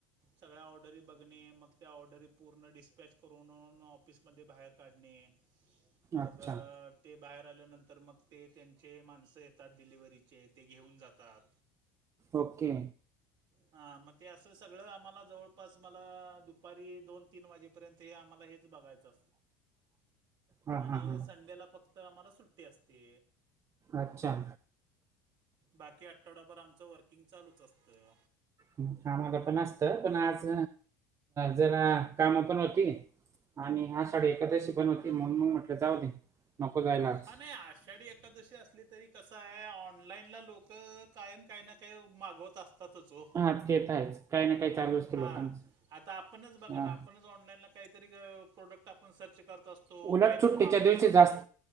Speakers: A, on the right; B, on the right.
A: सगळ्या ऑर्डरी बघणे मग त्या ऑर्डरी पूर्ण डिस्पॅच करून ऑफिसमध्ये बाहेर काढणे. मग
B: अच्छा
A: ते बाहेर आल्यानंतर मग ते त्यांचे माणसं येतात डिलिवरीचे ते घेऊन जातात.
B: ओके.
A: हा मग ते असं सगळं आम्हाला जवळपास मला दुपारी दोन, तीन वाजेपर्यंत हे आम्हाला हेच बघायचं.
B: हा
A: आणि
B: हा हा
A: संडेला फक्त आम्हाला सुट्टी असते.
B: अच्छा.
A: बाकी आठवडाभर आमचं वर्किंग चालच असतं.
B: हा आम्हाला पण असत पण आज जरा काम पण होती आणि हा आषाढी एकादशी पण होती म्हणून मग म्हटलं जाऊ दे. नको जायला. आज
A: हा नाही आषाढी एकादशी असल तरी आहे कसं ऑनलाईनला लोक कायम काही ना काही मागवत असतातच ओ.
B: ह घेतताय काही ना काही चालू असतं
A: हा
B: लोकांचं
A: आता आपणच बघा
B: हा.
A: ना आपणच ऑनलाईनला काहीतरी प्रोडक्ट आपण सर्च करत असतो.
B: उलट
A: काही
B: सुट्टीच्या
A: पण मागवत
B: दिवशी
A: असतो
B: जास्त